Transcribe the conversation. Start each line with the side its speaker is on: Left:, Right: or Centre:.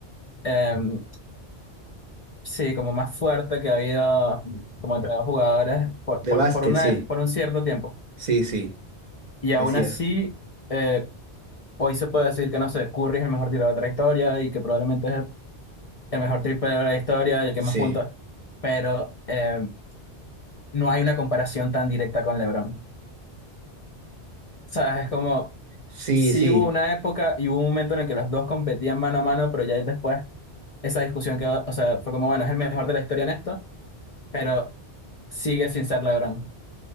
Left: em, sí, como más fuerte que ha habido como entre dos jugadores por,
Right: De
Left: por,
Right: básquet,
Left: por una,
Right: sí,
Left: por un cierto tiempo.
Right: sí, sí,
Left: Y
Right: es
Left: aún
Right: cierto.
Left: así, eh, hoy se puede decir que, no sé, Curry es el mejor tirador de la historia y que probablemente es el, el mejor triple de la historia y el que
Right: Sí,
Left: más puntos, pero eh, no hay una comparación tan directa con LeBron. ¿Sabes? Es como,
Right: sí,
Left: sí
Right: sí.
Left: hubo una época y hubo un momento en el que los dos competían mano a mano, pero ya después esa discusión quedó, o sea, fue como, bueno, es el mejor de la historia en esto, pero sigue sin ser LeBron.